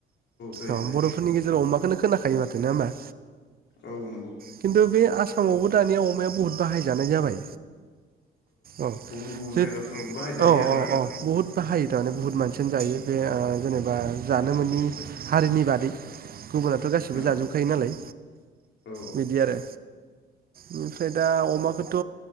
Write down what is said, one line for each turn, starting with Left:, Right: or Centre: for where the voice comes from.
Left: जायो
Right: औ
Left: जायो
Right: बर'फोरनि गेजेराव अमा खौनो खोनाखायो माथो नङा होमबा?
Left: औ नंगौ।
Right: खिन्थु बे आसामावबो दानिया अमाया बुहुद बाहायजानाय जाबाय। औ
Left: गुबुन गुबुन
Right: जे
Left: जायगाफ्रावबो बाहायजायो
Right: औ औ
Left: आरो ना
Right: औ बहुद बाहायो थारमाने
Left: औ
Right: बुहुत मानसियानो जायो बे
Left: औ
Right: ओ जेनेबा जानो मोनि हारिनि बादै गुबुनाथ' गासिबो
Left: औ
Right: जाजोबखायो नालाय
Left: औ
Right: बिदि आरो बेनिफ्राय दा अमाखौथ'